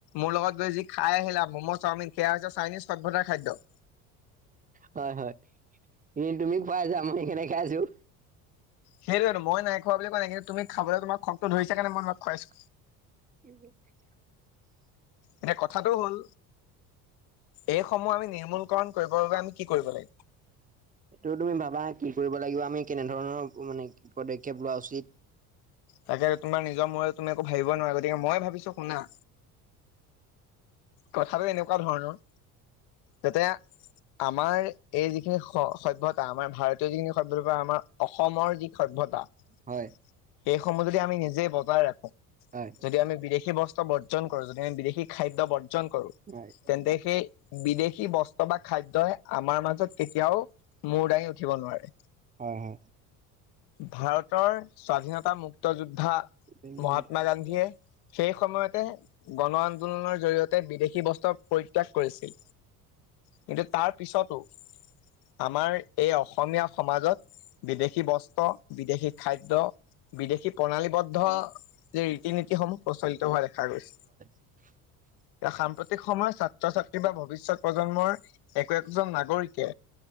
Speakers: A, on the left (about 60°); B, on the right (about 20°).
A: মোৰ লগত। যি খাই আহিলা ম'ম' চাওমিন সেয়া হৈছে চাইনিজ সভ্যতাৰ খাদ্য।
B: হয় হয় এ তুমি <unintelligible> সেইকেইটা খাই আহিছোঁ।
A: সেইটো মই নাই খোৱা বুলি কোৱা নাই কিন্তু তুমি।
B: <unintelligible>
A: খাবলৈ তোমাৰ খংটো ধৰিছে কাৰণে মই তোমাক খুৱাইছো এনে কথাটো হ'ল। এইসমূহ আমি নিৰ্মূলকৰণ কৰিবৰ বাবে আমি কি কৰিব লাগিব।
B: সেইটো তুমি ভাবা কি কৰিব লাগিব আমি কেনে ধৰণৰ মানে পদক্ষেপ লোৱা উচিত।
A: তাকে তোমাৰ নিজৰ মূৰত তুমি একো ভাবিব নোৱাৰা গতিকে মই ভাবিছোঁ শুনা। কথাটো এনেকুৱা ধৰণৰ যাতে। আমাৰ এই যিখিনি স সভ্যতা আমাৰ ভাৰতীয় যিখিনি সভ্যতা বা আমাৰ অসমৰ যি সভ্যতা পতা।
B: হয়।
A: সেইসমূহ যদি আমি নিজে বজাই ৰাখো।
B: হয়
A: যদি আমি বিদেশী বস্ত্ৰ বৰ্জন কৰোঁ যদি আমি বিদেশী খাদ্য বৰ্জন কৰো
B: হয়
A: তেন্তে সেই বিদেশী বস্ত্ৰ বা খাদ্যই আমাৰ মাজত কেতিয়াও মূৰ দাঙি উঠিব ব নোৱাৰে।
B: হয় হয়।
A: ভাৰতৰ স্বাধীনতা মুক্ত যোদ্ধা।
B: হয়।
A: মহাত্মা গান্ধীয়ে সেই সময়তে গণ আন্দোলনৰ জৰিয়তে। তে বিদেশী বস্ত্ৰ পৰিত্যাগ কৰিছিল কিন্তু তাৰ পিছতো। আমাৰ এই অসমীয়া সমাজত বিদেশী বস্ত্ৰ বিদেশী খাদ্য। বিদেশী প্ৰণালীবদ্ধ ৰীতি নীতিসমূহ প্ৰচলিত হোৱা দেখা গৈছে।
B: <unintelligible>
A: সাম্প্ৰতিক সময়ত ছাত্ৰ-ছাত্ৰী বা ভৱিষ্যত প্ৰজন্মৰ একো একজন নাগৰিকে।